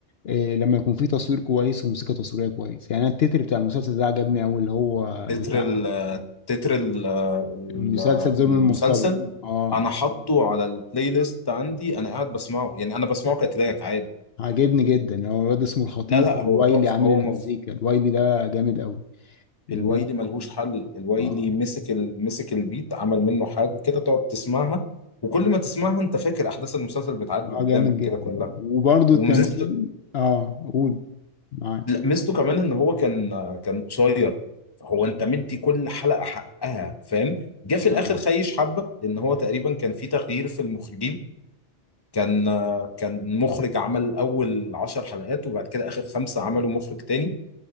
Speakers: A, on the left; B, on the left.
A: إيه لما يكون في تصوير كويس وموسيقى تصويريه كويس يعني انا التتر بتاع المسلسل ده عجبني قوي اللي هو
B: تتر
A: بتاع
B: ال تتر ال ال-
A: المسلسل ظلم
B: المسلسل
A: المصطبه اه
B: انا حاطه على البلاي ليست عندي انا قاعد بسمعه يعني انا بسمعه كتراك عادي
A: عجبني جدا هو الواد اسمه الخطيب
B: لا لا
A: والوايلي
B: هو تحفة
A: عامل
B: هو
A: المزيكا
B: مف...
A: الوايلي ده جامد قوي و...
B: الويلي ملهوش حل الويلي
A: اه
B: مسك ال... مسك البيت عمل منه حاجة كده تقعد تسمعها وكل ما تسمعها انت فاكر احداث المسلسل بتعدي
A: اه
B: قدامك
A: جامد جدا
B: كده كلها
A: وبرده
B: وميزه
A: التمثيل اه قول معاك
B: لا، ميزته كمان ان هو كان كان قصير فهو انت مدي كل حلقه حقها فاهم جه في الاخر
A: معاك.
B: خيش حبه لان هو تقريبا كان في تغيير في المخرجين كان كان مخرج عمل اول عشر حلقات وبعد كده اخر خمسه عملوا مخرج تاني